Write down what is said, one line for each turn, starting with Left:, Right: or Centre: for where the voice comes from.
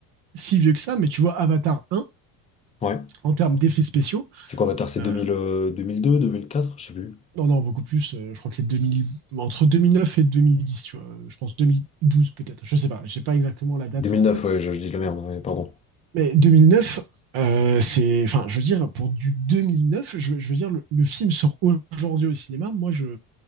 Right: si vieux que ça, mais tu vois, Avatar un
Left: Ouais.
Right: en termes d'effets spéciaux.
Left: C'est quoi Avatar? C'est
Right: Euh,
Left: 2000, euh, 2002, 2004? Je sais plus.
Right: non, non, beaucoup plus. euh, je crois que c'est 2000 entre 2009 et 2010, tu vois. Je pense 2012 peut-être. Je sais pas. J'ai pas exactement la date
Left: 2009,
Right: en tête.
Left: ouais, je, je dis de la merde, ouais, pardon.
Right: Mais 2009, euh, c'est. Enfin, je veux dire, pour du 2009, je, je veux dire, le, le film sort aujourd'hui au cinéma. Moi, je,